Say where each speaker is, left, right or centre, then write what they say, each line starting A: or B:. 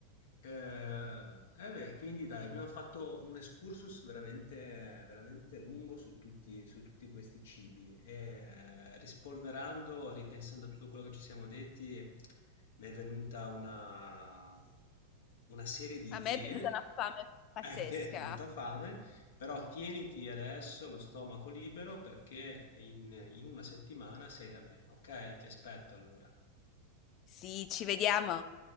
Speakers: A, on the left; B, on the left.
A: Eh, eh beh, quindi dai, abbiamo fatto un excursus veramente, veramente lungo su tutti, su tutti questi cibi. E, rispolverando, ripensando a tutto quello che ci siamo detti, mi è venuta una, una serie di
B: A
A: idee.
B: me è venuta una fame pazzesca.
A: A te <laughs> è venuta fame, però tieniti adesso lo stomaco libero perché in in una settimana sei da me, ok? Ti aspetto allora.
B: Sì, ci vediamo.